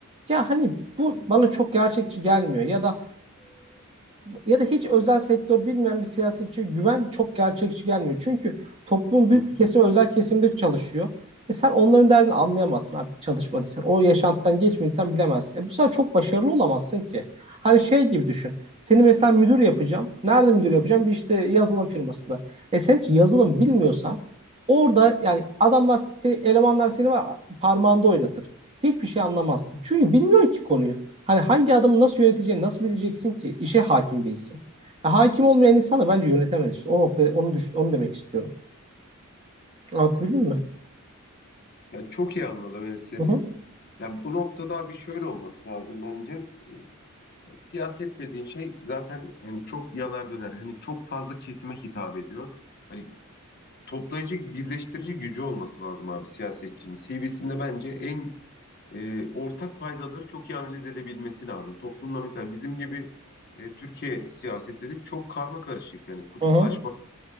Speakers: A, on the right; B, on the left.
A: ya hani bu bana çok gerçekçi gelmiyor. Ya da ya da hiç özel sektör bilmeyen bir siyasetçiye güven çok gerçekçi gelmiyor. Çünkü toplumun büyük
B: Hı hı.
A: bir kesimi özel kesimde çalışıyor. E sen onların derdini anlayamazsın abi çalışmadıysan. O yaşantıdan geçmediysen bilemezsin. E bu sefer çok başarılı olamazsın ki. Hani şey gibi düşün. Seni mesela müdür yapacağım. Nerede müdür yapacağım? Bir işte yazılım firmasında. E sen hiç yazılım bilmiyorsan orada yani adamlar, se- elemanlar seni var parmağında oynatır. Hiçbir şey anlamazsın. Çünkü bilmiyorsun ki konuyu. Hani hangi adımı nasıl yöneteceğini nasıl bileceksin ki? İşe hakim değilsin. Ya hakim olmayan insan da bence yönetemez işte. O nokta onu düş- onu demek istiyorum. Anlatabildim mi?
B: Ya çok iyi anladım Enes seni.
A: Hı hı.
B: Ya bu noktada abi şöyle olması lazım bence. E, Siyaset dediğin şey zaten hani çok yanar döner. Hani çok fazla kesime hitap ediyor. Hani toplayıcı, birleştirici gücü olması lazım abi siyasetçinin. CV'sinde bence en e, ortak paydaları çok iyi analiz edebilmesi lazım. Toplumda mesela bizim gibi e, Türkiye siyaseti de çok karma karışık. Yani kutuplaşma
A: Hı hı.